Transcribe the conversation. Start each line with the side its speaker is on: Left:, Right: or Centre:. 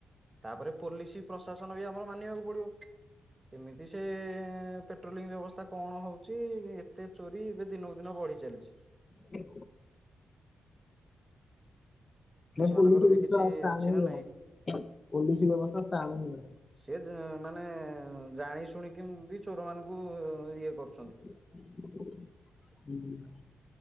Right: ତାପରେ ପୋଲିସ ପ୍ରଶାସନ ବି ଆମର ମାନିବାକୁ ପଡିବ। କେମିତି ସେ ପେଟ୍ରୋଲିଂ ବ୍ୟବସ୍ଥା କଣ ହଉଛି ଏତେ ଚୋରି ଏବେ ଦିନକୁ ଦିନ ବଢି ଚାଲିଛି।
Left: ହ <unintelligible> ନା ପୋଲିସ
Right: ମାନଙ୍କର
Left: ବ୍ୟବସ୍ଥା
Right: ବି କିଛି
Left: ସ୍ଥାନ
Right: ଅଛି ନା
Left: ହି
Right: ନାଇଁ
Left: ହବ ପୋଲିସ ବ୍ୟବସ୍ଥା ସ୍ଥାନ ହି ହେଲା।
Right: ସେ ମାନେ ଜାଣି ଶୁଣିକି ବି ଚୋର ମାନଙ୍କୁ ଇଏ କରୁ
Left: ହୁଁ।